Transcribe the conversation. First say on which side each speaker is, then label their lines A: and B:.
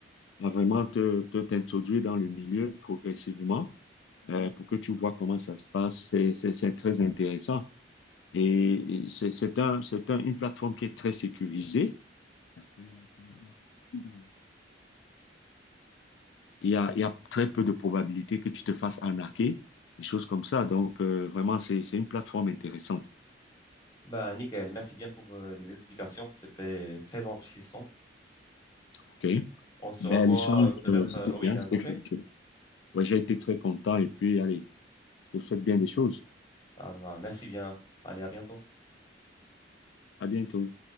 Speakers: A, on the left (about 80°); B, on the left (about 20°).
A: à vraiment te, te- t'introduire dans le milieu progressivement euh, pour que tu vois comment ça se passe. C'est, c'est, c'est très intéressant. Et c'est c'est un, c'est un- une plateforme qui est très sécurisée. Parce que là-dedans, il y a beaucoup de- il y a, il y a très peu de probabilités que tu te fasses arnaquer, des choses comme ça. Donc, euh, vraiment, c'est, c'est une plateforme intéressante.
B: Bah, nickel. Merci bien pour euh, les explications. C'était très enrichissant.
A: OK?
B: On se
A: Ben,
B: revoit
A: l'échange,
B: euh, peut-être
A: euh, c'était
B: euh, au
A: bien,
B: week-end,
A: c'était
B: ok?
A: fructueux. Ouais, j'ai été très content et puis, allez, je te souhaite bien des choses.
B: Ah, bah, merci bien. Allez, à bientôt.
A: À bientôt.